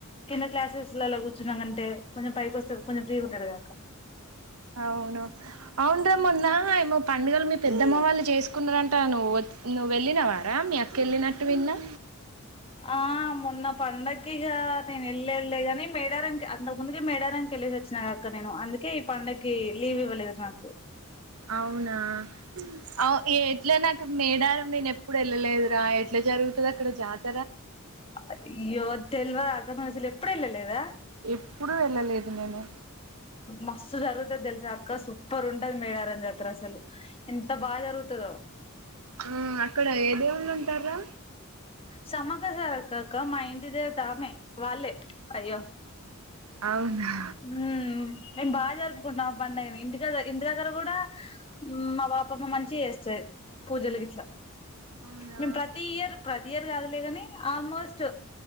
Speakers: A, on the left; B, on the right.
A: కింద క్లాసెస్లలో కూ తిందమంటే కొంచెం పైకి వస్తరు కొంచెం ఫ్రీ ఉంటరూ గదా అక్క
B: అవును అవున్రా మొన్న ఏమో పండుగల్ మీ పెద్దమ్మ వాళ్ళు చేస్కున్నారంట నువ్వు వచ్ నువ్వు వెళ్ళినవారా మీ అక్క వెళ్ళినట్టు విన్నా
A: ఆ మొన్న పండగ్కి కిగా నేను వెళ్ళళ్లేద్ గాని మేడారమ్ కి అంతకు ముందుకి మేడారం కివెళ్లేసి వచ్చినా గాక్క నేను అందుకే ఈ పండగ కి లీవ్ ఇవ్వలేదు నాకు
B: ఔనా ఔ ఏ ఎట్లే నక్ మేడారం నేను ఎప్పుడు ఏళ్ళలేదురా ఎట్లా జరుగుతది అక్కడ జాత్
A: అయ్యో తెల్వద్ అక్ నువ్వు అసలు ఎప్పుడు ఏళ్లలేదా
B: ఏప్పుడు వెళ్ళలేదు నేను
A: మస్త్ జరుగుతది తెల్సా అక్క సూపర్ ఉంటది మేడారం జాతర అసల్ ఎంత బాగా జరుగుతదో
B: హు అక్కడ ఏదేవుల్లు ఉంట టరా
A: సమ్మక్క సారక్క అక్క మా ఇంటి దేవత ఆమె వాళ్ళే అయ్యో
B: అవునా
A: హు మేమ్ బాగా జరుపుకుంటామ్ ఆ పండగ నీ ఇంటి కాడా ఇంటి దగ్గర కూడా హు మా బపమ్మ మంచిగా చేస్త్ది పూజల్ గిట్లా
B: అవునా
A: మేమ్ ప్రతి ఇయర్ ప్రతి ఇయర్ కాదులే గాని ఆల్మోస్ట్